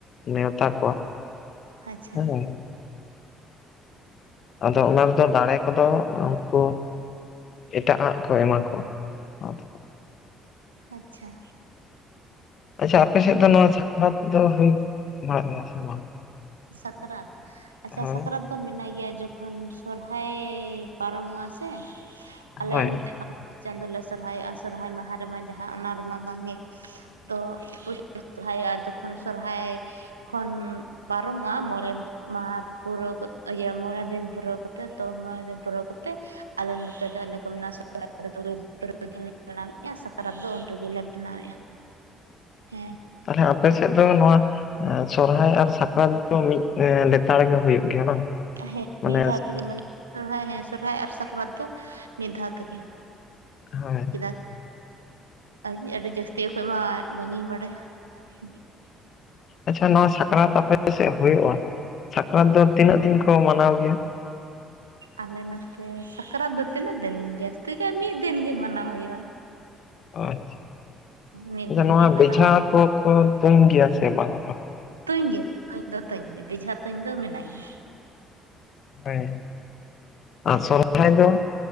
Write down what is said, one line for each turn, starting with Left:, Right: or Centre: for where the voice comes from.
Left: ᱱᱮᱣᱛᱟ ᱠᱚᱣᱟ,
Right: ᱟᱪᱪᱷᱟ
Left: ᱦᱮᱸ ᱟᱫᱚ ᱚᱱᱟ ᱨᱮᱫᱚ ᱫᱟᱲᱮ ᱠᱚᱫᱚᱼᱼ ᱠᱚ ᱮᱴᱟᱜᱼᱟᱜ ᱠᱚ ᱮᱢᱟ ᱠᱚ ᱚᱱᱟ ᱫᱚᱼᱼ
Right: ᱟᱪᱪᱷᱟ,
Left: ᱟᱪᱪᱷᱟ ᱟᱯᱮ ᱥᱮᱫ ᱫᱚ ᱱᱚᱣᱟ ᱥᱟᱠᱨᱟᱛ ᱫᱚ ᱦᱩᱭ ᱵᱟᱲᱟᱜ ᱜᱮᱭᱟ ᱥᱮ ᱵᱟᱝ?
Right: ᱥᱟᱠᱨᱟᱛ ᱟᱪᱪᱷᱟ
Left: ᱦᱮᱸ
Right: ᱥᱟᱠᱨᱟᱛᱼᱼ ᱢᱮᱱᱟᱜ ᱜᱮᱭᱟ ᱡᱚᱠᱷᱚᱱ ᱥᱚᱨᱦᱟᱭ ᱯᱟᱨᱚᱢᱚᱜᱼᱟ ᱥᱮ ᱟᱞᱮ
Left: ᱦᱳᱭ
Right: ᱱᱚᱛᱮᱼᱼ ᱯᱩᱥ ᱪᱟᱸᱫᱳ ᱞᱮ ᱥᱚᱨᱦᱟᱭᱚᱜᱼᱟ ᱥᱚᱨᱦᱟᱭ ᱢᱟᱦᱟ ᱨᱮᱢᱟ ᱡᱟᱦᱟᱸ ᱚᱱᱟ ᱨᱮᱢᱟ ᱵᱟᱝ ᱜᱮ, ᱛᱚ ᱯᱩᱭᱥᱟ ᱥᱚᱨᱦᱟᱭᱚᱜᱼᱟ ᱡᱚᱠᱷᱚᱱ ᱥᱚᱨᱦᱟᱭ ᱠᱷᱚᱱᱼᱼ ᱯᱟᱨᱚᱢᱚᱜᱼᱟ ᱢᱚᱬᱮ ᱢᱟᱦᱟ ᱯᱩᱨᱟᱹᱣ ᱤᱭᱟᱹ ᱢᱚᱬᱮ ᱫᱤᱱ ᱯᱩᱨᱟᱹᱣ ᱠᱟᱛᱮ ᱛᱚ ᱢᱚᱬ ᱫᱤᱱ ᱯᱩᱨᱟᱹᱣ ᱠᱟᱛᱮ ᱟᱞᱮ ᱱᱚᱛᱮ ᱫᱚ ᱤᱱᱟᱹ ᱠᱚ ᱢᱮ ᱥᱚᱦᱟᱭ ᱛᱩᱨᱩᱭ ᱫᱤᱱ ᱞᱮ ᱢᱟᱱᱟᱣᱮᱫᱼᱟ ᱥᱟᱠᱨᱟᱛ ᱩᱱ ᱨᱮᱜᱮ ᱢᱟᱱᱟᱣᱮᱫᱼᱟ᱾
Left: <inaudible>
Right: ᱦᱮᱸ,
Left: ᱛᱟᱦᱞᱮ ᱟᱯᱮ ᱥᱮᱫ ᱫᱚ ᱱᱚᱣᱟ ᱥᱚᱨᱦᱟᱭ ᱟᱨ ᱥᱟᱠᱨᱟᱛ ᱫᱚ ᱢᱤᱫᱼᱼ ᱞᱮᱛᱟᱲ ᱜᱮ ᱦᱩᱭᱩᱜ ᱜᱮᱭᱟ ᱵᱟᱝ?
Right: ᱦᱮᱸ
Left: ᱢᱟᱱᱮ
Right: ᱢᱤᱫ ᱫᱷᱟᱣ ᱛᱮᱜᱮ ᱢᱟᱱᱮ ᱥᱚᱨᱦᱟᱭ ᱦᱮᱸ ᱥᱚᱨᱦᱟᱭ ᱟᱨ ᱥᱟᱠᱨᱟᱛ ᱫᱚ ᱢᱤᱫ ᱫᱷᱟᱣ ᱛᱮᱜᱮ᱾
Left: ᱦᱳᱭ
Right: ᱠᱮᱫᱟ ᱮᱟᱜ ᱟᱡ ᱟᱹᱰᱤ ᱡᱟᱹᱥᱛᱤ ᱚᱠᱚᱚᱡ ᱢᱟ ᱵᱟᱝᱤᱧ ᱵᱟᱰᱟᱭᱟ᱾ <inaudible>
Left: ᱟᱪᱪᱷᱟ ᱱᱚᱣᱟ ᱥᱟᱠᱨᱟᱛ ᱟᱯᱮ ᱥᱮᱫ ᱦᱩᱭᱩᱜᱼᱟ ᱥᱟᱠᱨᱟᱛ ᱫᱚ ᱛᱤᱱᱟᱹᱜ ᱫᱤᱱ ᱠᱚ ᱢᱟᱱᱟᱣ ᱜᱮᱭᱟ?
Right: ᱟᱞᱮ ᱱᱚᱛᱮ ᱥᱟᱠᱨᱟᱛ ᱫᱚ ᱛᱤᱱᱟᱹᱜ ᱫᱤᱱ ᱡᱟᱹᱥᱛᱤ ᱠ ᱢᱤᱫ ᱫᱤᱱᱜᱤ ᱢᱟᱱᱟᱣ ᱦᱩᱭᱩᱜᱼᱟ
Left: ᱟᱪᱪᱷᱟ
Right: ᱢᱤᱫ
Left: ᱟᱪᱪᱷᱟ
Right: ᱫᱤᱱ
Left: ᱱᱚᱣᱟ
Right: ᱜᱮ ᱢᱟᱱᱟᱣ
Left: ᱵᱮᱡᱷᱟ ᱠᱚᱠᱚ ᱛᱩᱢ ᱜᱮᱭᱟ ᱥᱮ ᱵᱟᱝᱼᱟ
Right: ᱛᱩᱧ ᱜᱮ ᱛᱩᱧ ᱫᱚ ᱛᱩᱧ ᱜᱮ ᱵᱮᱡᱷᱟ ᱛᱩᱧ ᱫᱚ ᱢᱮᱱᱟᱜ ᱜᱮᱭᱟ
Left: ᱦᱮᱭ ᱟᱨ ᱥᱚᱨᱦᱟᱭ ᱫᱚ